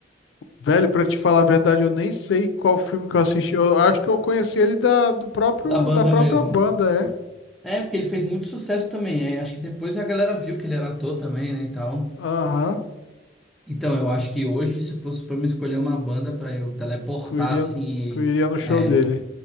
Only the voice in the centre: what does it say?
Da banda
mesmo.
É, porque ele fez muito sucesso também. É, acho que depois a galera viu que ele era ator também, né, e tal.
Então, eu acho que hoje, se fosse pra me escolher uma banda pra eu teleportar,
assim,
é,